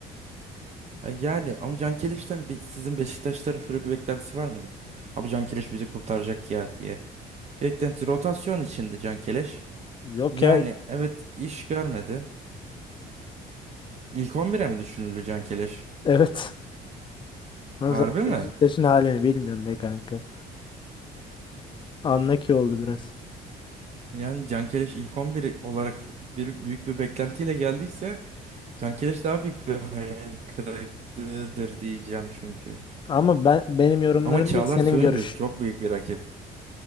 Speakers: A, on the right; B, on the left.
A: Ha Yani ama Can Keliş'ten bir, sizin Beşiktaşların şöyle bir beklentisi var mıydı? Abi Can Keleş bizi kurtaracak ya diye. Beklenti rotasyon içinde Can Keleş.
B: Yok
A: Yani
B: ya.
A: evet iş görmedi. İlk 11'e mi düşünüldü Can Keleş?
B: Evet. Ama
A: Harbi
B: zaten
A: mi?
B: Beşiktaş'ın halini bilmiyorum be kanka. Anla ki oldu biraz.
A: Yani Can Keleş ilk on biri olarak bir, büyük bir beklentiyle geldiyse Can Keleş daha büyük bir hayal kırıklığıdır diyeceğim çünkü.
B: Ama ben benim yorumlarım
A: Ama Çağlar
B: değil senin
A: Söyüncü
B: görüş.
A: çok büyük bir rakip.